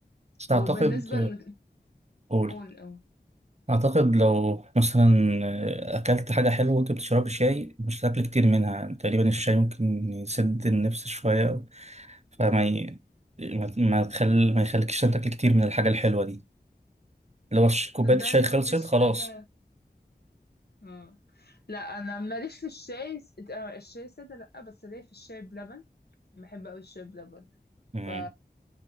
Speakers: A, on the right; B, on the left.
A: بس اعتقد
B: وبالنسبة ل
A: قول
B: قول قول
A: أعتقد لو مثلا أكلت حاجة حلوة وأنت بتشرب شاي مش هتاكل كتير منها تقريبا الشاي ممكن يسد النفس شوية فما ي... ما ما تخل... ما يخليكش تاكل كتير من الحاجة الحلوة دي لو الش- كوباية
B: صدقني
A: الشاي خلصت
B: ما فيش
A: خلاص
B: حاجة اه لا انا ماليش في الشاي آه، الشاي سادة لا بس ليا في الشاي بلبن بحب قوي الشاي بلبن
A: مم.
B: ف